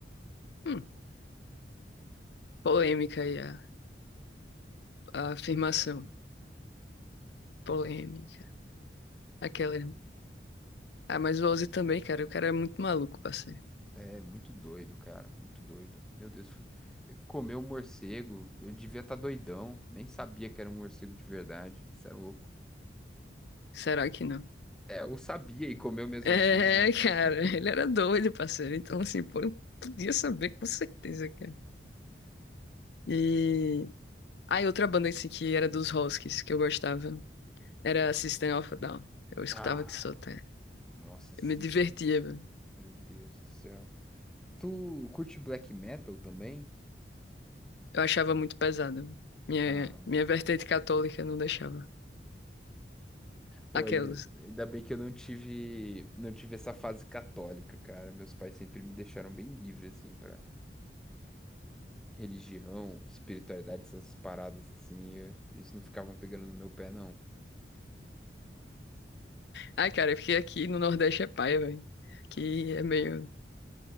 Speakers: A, on the left; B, in the centre.
A: Hum. Polêmica aí a, a afirmação. Polêmica. Aquela. Ah, mas o Ozzy também, cara. O cara é muito maluco, parceiro.
B: É muito doido, cara, muito doido. Meu Deus, fu- comeu um morcego, eu devia estar doidão, nem sabia que era um morcego de verdade. Isso é louco.
A: Será que não? <laughs>
B: É, eu sabia e comeu mesmo
A: É,
B: assim, né?
A: cara,
B: <laughs>
A: ele era doido, parceiro. Então, assim, pô, eu podia saber com certeza, cara. E. Ah, e outra banda assim que era dos Huskies, que eu gostava, era System of a Down. Eu escutava
B: Ah,
A: que só até.
B: nossa, assistem.
A: Eu me divertia, velho.
B: Meu Deus do céu. Tu curte black metal também?
A: Eu achava muito pesado. Minha,
B: Ah,
A: minha vertente católica não deixava.
B: pô,
A: Aquelas.
B: ainda, ainda bem que eu não tive, não tive essa fase católica, cara. Meus pais sempre me deixaram bem livre assim para religião, espiritualidade, essas paradas assim, eu- eles não ficavam pegando no meu pé, não.
A: Ai, cara, porque aqui no Nordeste é paia, velho. Que é meio.